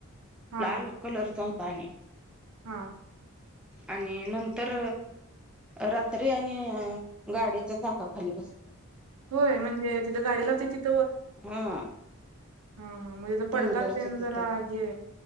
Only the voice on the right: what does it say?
हा
हा
हा
होय म्हणजे तिथं गाडी लावते तिथ
हा हा मग थ
पडकन
जरा आहे